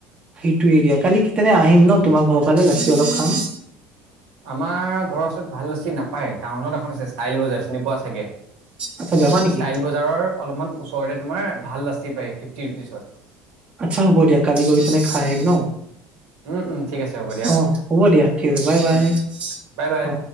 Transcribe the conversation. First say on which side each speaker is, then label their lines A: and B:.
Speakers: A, on the right; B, on the right.
A: সেইটোয়ে দিয়া কালি কেতিয়াৰে আহিম ন তোমাৰ ঘৰৰ ফালে লাচী অলপ খাম।
B: আমাৰ ঘৰৰ ওচৰত ভাল লছি নাপায় টাউনত এখন আছে ষ্টাইল বজাৰ চিনি পোৱা চাগে।
A: আচ্ছা যাবা নেকি?
B: ষ্টাইল বজাৰৰ অলপমান ওচৰতে তোমাৰ ভাল লাচি পায় ফিফটি ৰুপিচত।
A: আচ্ছা হ'ব দিয়া কালি গৈ কেনে খাই আহিম ন।
B: উম, উম, ঠিক আছে হ'ব দিয়া,
A: অ হ'ব দিয়া ঠিক আছে বাই বাই।
B: উম, উম, বাই বাই।
A: অ।